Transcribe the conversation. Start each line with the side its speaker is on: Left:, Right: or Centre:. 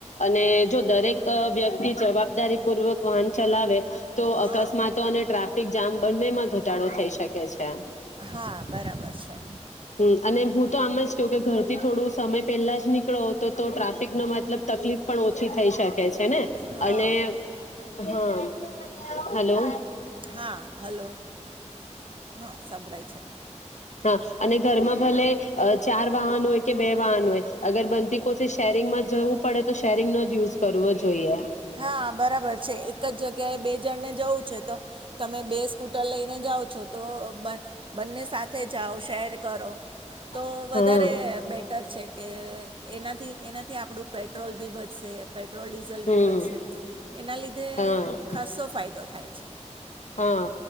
Left: અને જો દરેક વ્યક્તિ જવાબદારી પૂર્વક વાહન ચલાવે તો
Right: હા
Left: અકસ્માતો અને ટ્રા ફિક ઝામ બંને માં ઘટાડો થઈ શકે છે.
Right: હા બરાબર છે.
Left: હમ્મ અને હું તો આમ જ કેઉ કે ઘર થી થોડું સમય પહેલા જ નીકળો તો ટ્રાફિક નો મતલબ તકલીફ પણ ઓછી થઈ શકે છે. ને
Right: હા
Left: અને હા હાલો
Right: હા હાલો હા સંંભળાય છે
Left: હા અને ઘરમાં ભલે ચાર વાહન હોય કે બે વાહન હોય અગર બંદી કોસે શેરિંગમાં જવું પડે તો શેરિંગ નો જ યુઝ કરવો જોઈએ.
Right: હા બરાબર છે એક જ જગ્યાએ બે જણને જવું છે તો તમે બે સ્કૂટર લઈને જાઓ છો તો બન બંને સાથે જાઓ શેર કરો તો
Left: હા
Right: વધારે બેટર છે કે એનાથી એનાથી આપણું પ્રે ટ્રોલ ભી બચશે. પેટ્રોલ ડીઝલ
Left: હમ
Right: ભી બ સે એના લીધે
Left: હા
Right: ખાસો ફાયદો થાય છે.
Left: હા